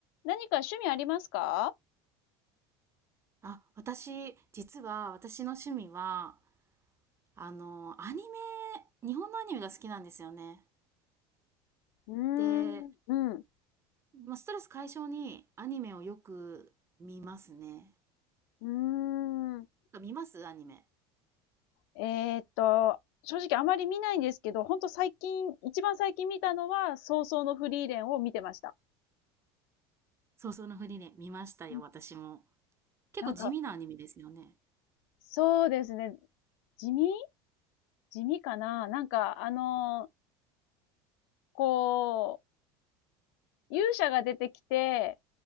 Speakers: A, on the left; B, on the right.
A: 何か趣味ありますか？
B: あ、私、実は、私の趣味は、あの、アニメ、日本のアニメが好きなんですよね。
A: うーん、
B: で、
A: うん、
B: まあ、ストレス解消にアニメをよく見ますね。
A: うーん。
B: あ見ますアニメ。
A: えーっと、正直あまり見ないんですけど、ほんと最近、一番最近見たのは、早々のフリーレンを見てました。
B: そうそうのふりね、見ましたよ、
A: うん、
B: 私も。結構地味なアニメですよね。
A: なんか、そうですね。地味地味かな？なんか、あの、こう、勇者が出てきて、